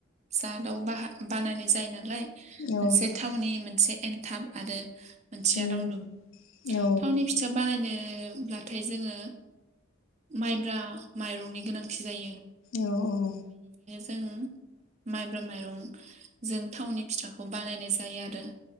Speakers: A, on the right; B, on the left.
A: जादाव बाहा बानायनाय जायो नालाय
B: औ
A: मोनसे थावनि मोनसे एनथाब आरो मोनसेया
B: उम
A: रावदुम
B: औ
A: थावनि फिथा बानायनो ए अब्लाथाय जोङो माइब्रा माइरंनि गोनांथि जायो।
B: औ औ
A: ओं माइब्रा माइरंजों थावनि फिथाखौ बानायनाय जायो आरो।